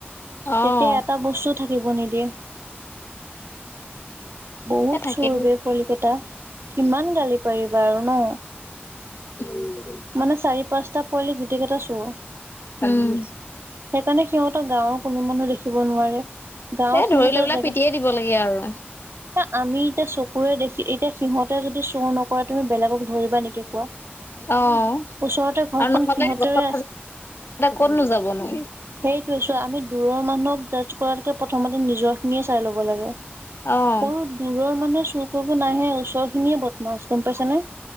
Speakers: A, on the left; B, on the right.
A: অ',
B: তেতিয়া এটা বস্তু থাকিব নিদিয়ে। বহুত
A: এ থাকে
B: চোৰ বে পোৱালিকেইতা কিমান গালি পাৰিবা আৰু ন
A: ত
B: মানে চাৰি পাঁচটা পোৱালি গোটেই কেইটা চুৰ
A: উম,
B: সেইকাৰণে সিহঁতক গাঁৱৰ কোনো মানুহ দেখিব নোৱাৰে। গাঁৱত
A: এ ধৰি
B: সিহঁতৰ
A: লৈ পেলাই
B: জেগা
A: পিটিয়ে দিব লাগে আৰু
B: এ আমি এতিয়া চকুৰে দেখি এতিয়া সিহঁতে যদি চুৰ নকৰে তুমি বেলেগক ধৰিবা নেকি? কোৱা
A: অ আৰু
B: ওচৰতে ঘৰখন
A: নহ'লে
B: সিহঁতৰে
A: গছ কতনো যাবনো?
B: সেইটো ছোৱা আমি দূৰৰ মানুহক জাজ কৰাতকে প্ৰথমতে নিজৰ খিনিয়ে চাই লব লাগে।
A: অ'।
B: কৰো দূৰৰ মানুহে চুৰ কৰিব নাহে ওচৰ খিনিয়ে বদমাছ গম পাইছেনে?